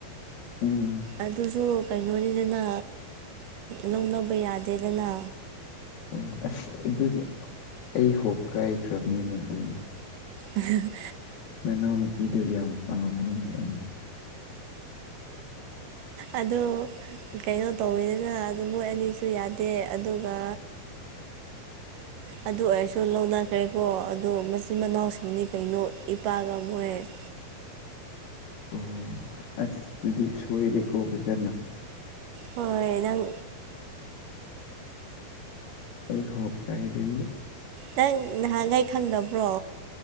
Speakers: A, on the left; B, on the right.
A: ꯎꯝ
B: ꯑꯗꯨꯁꯨ ꯀꯩꯅꯣꯅꯤꯗꯅ ꯂꯧꯅꯕ ꯌꯥꯗꯦꯗꯅ
A: ꯑꯣ ꯑꯁ ꯑꯗꯨꯒꯤ ꯑꯩ ꯍꯣꯞ ꯀꯥꯏꯈ꯭ꯔꯕꯅꯤꯅꯦ ꯑꯗꯨꯒꯤ
B: ꯎꯝ
A: ꯃꯅꯥꯎ ꯅꯨꯄꯤꯗꯨ ꯌꯥꯝ ꯄꯥꯝꯕꯅꯤ ꯑꯩꯅ
B: ꯑꯗꯣ ꯀꯩꯅꯣ ꯇꯧꯋꯤꯗꯅ ꯑꯗꯨ ꯃꯣꯏ ꯑꯅꯤꯁꯨ ꯌꯥꯗꯦ ꯑꯗꯨꯒ ꯑꯗꯨ ꯑꯣꯏꯔꯁꯨ ꯂꯧꯅꯈ꯭ꯔꯦꯀꯣ ꯑꯗꯨꯗꯣ ꯃꯆꯤꯟ ꯃꯅꯥꯎꯁꯤꯡꯗꯤ ꯀꯩꯅꯣ ꯏꯄꯥꯛꯒ ꯃꯣꯏ <inaudible>
A: ꯑꯣ ꯑꯁ ꯑꯗꯨꯗꯤ ꯁꯣꯏꯔꯦꯀꯣꯕꯖꯥꯠꯅ
B: ꯍꯣꯏ ꯅꯪ
A: ꯑꯩꯅ ꯍꯣꯞ ꯀꯥꯏꯔꯤꯕꯕꯨ
B: ꯅꯪ ꯅꯍꯥꯟꯈꯩ ꯈꯪꯗꯕ꯭ꯔꯣ